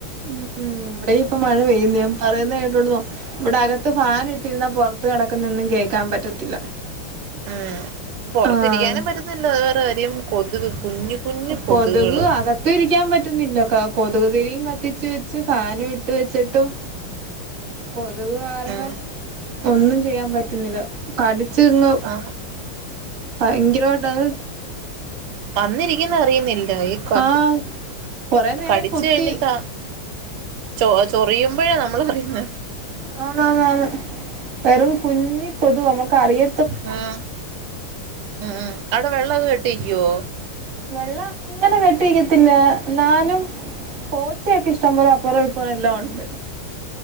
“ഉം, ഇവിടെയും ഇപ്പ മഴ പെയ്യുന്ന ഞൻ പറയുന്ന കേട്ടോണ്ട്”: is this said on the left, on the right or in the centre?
Right